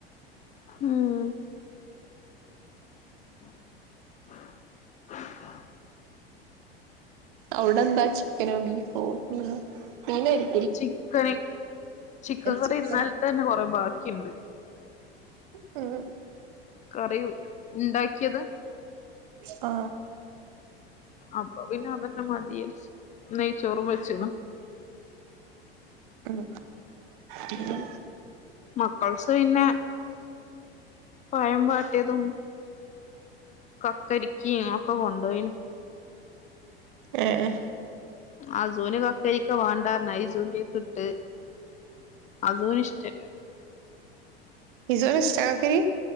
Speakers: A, on the left (about 25°); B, on the right (about 55°).
A: ഉം <inaudible>
B: അവ്ടെന്താ ചിക്കനോ ബീഫോ മീനോ മീനാരി
A: ചിക്കന് ചിക്കൻ കറി
B: ചിക്കന്
A: ഇന്നൽ തെന്നെ കൊറേ ബാക്കിണ്ട്.
B: ഉ <unintelligible>
A: കറിയു ണ്ടാക്കിയതാ
B: ആ
A: അപ്പൊ പിന്നെ അതന്നെ മതി വിച്ചാരിച്ച് നെയ്ച്ചോറും വെച്ച്ണ്.
B: ഉം പിന്നെ
A: മക്കൾസ് പിന്നെ പയം വിട്ടിയതും. കക്കരിക്കിം ഒക്കെ കൊണ്ടു പോയിണ്.
B: എഏ
A: അസൂന് കക്കരിക്ക വേണ്ടർഞ്ഞു അയ് ഇസൂന്റെക്കിട്ട്. അസൂന് ഇഷ്ടല്ല.
B: ഇസുന് ഇഷ്ട കക്കെരി